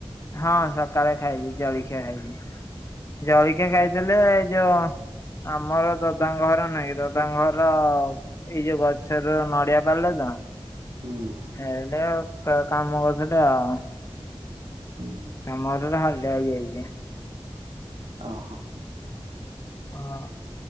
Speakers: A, on the left (about 30°); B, on the right (about 75°).
A: ହଁ ସକାଳେ ଖାଇଥିଲି ଜଳଖିଆ ଖାଇଥିଲି। ଜଳିଖିଆ ଖାଇଦେଲେ ଯୋ ଆମର ଦଦାଙ୍କ ଘର ନାଇଁ ଦଦାଙ୍କ ଘର ଏଇ ଯୋଉ ଗଛର ନଡିଆ ପାରିଲେ ତ
B: ହୁଁ
A: ଏଇଟା କାମ ଗଛଟା ଆଉ
B: <inaudible>
A: କାମ ହେଲା ହାଲିଆ ହେଇଯାଇଛି।
B: ଓହୋ
A: ହଁ